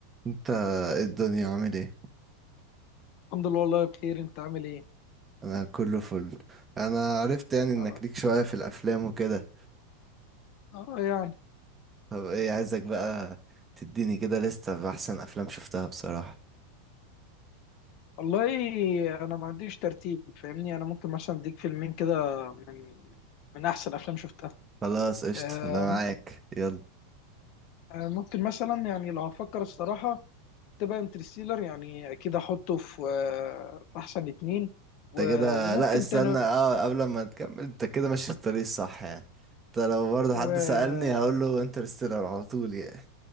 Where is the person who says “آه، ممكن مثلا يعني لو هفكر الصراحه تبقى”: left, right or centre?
Left